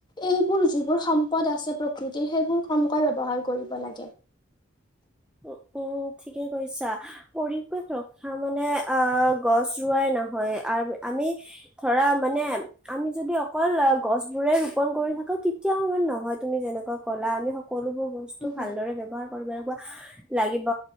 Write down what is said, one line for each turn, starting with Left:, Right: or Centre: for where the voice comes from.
Left: এইবোৰ যিবোৰ সম্পদ আছে প্ৰকৃত। ই সেইবোৰ কমকৈ ব্যৱহাৰ কৰিব লাগে।
Centre: উ উম ঠিকে কৈছা, পৰিৱেশ ৰক্ষা- তাৰ মানে অ গছ ৰোৱাই নহয় অ আমি ধৰা মানে আমি যদি অকল গছ বোৰে ৰোপন কৰি থাকা তেতিয়াও নহয়, তুমি যেনেকুৱা ক'লা আমি - সকলোবোৰ বস্তু
Left: উম
Centre: ভালদৰে ব্যৱহাৰ কৰিব লাগিব
Left: <inaudible>
Centre: লাগিব